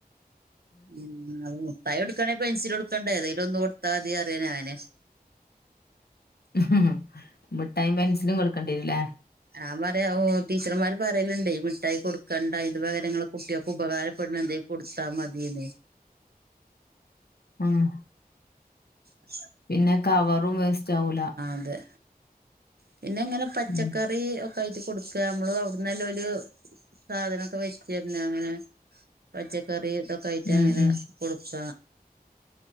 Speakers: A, on the right (about 75°); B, on the left (about 80°).
A: ഉം അ മുട്ടായികൊടുക്കണേൽ പെൻസിലോടുക്കണ്ട ഇതെലൊന്ന് കൊടുത്താ മതി അതെ ഞാന്
B: മ്മ് മ്മ് മിഠായും പെൻസിലും കൊടുക്കേണ്ടി വരുംല്ലേ
A: ഞാ പറയാ ഓ ടീച്ചർമാര് പറയലുണ്ടേ മിഠായി കൊടുക്കണ്ട അതിന്റെ പകരം നിങ്ങള് കുട്ടിയൊക്ക് ഉപകാരപ്പെടുന്ന എന്തേല കൊടുത്താ മതിയെന്ന്
B: ആഹ്
A: അ
B: പിന്നെ കവറും വേസ്റ്റ് ആവൂല
A: അതെ പിന്നെ ഇങ്ങനെ പച്ചക്കറി
B: ഉം
A: കഴട്ട് കൊടുക്ക നമ്മള് അവിടന്ന്ല്ലാം സാധനമൊക്കെ വെച്ചി തരുന്ന അങ്ങനെ പച്ചക്കറി ഇതൊക്കെ ആയിട്ട്
B: ഉം
A: അങ്ങനെ
B: ഉം
A: കൊടുക്ക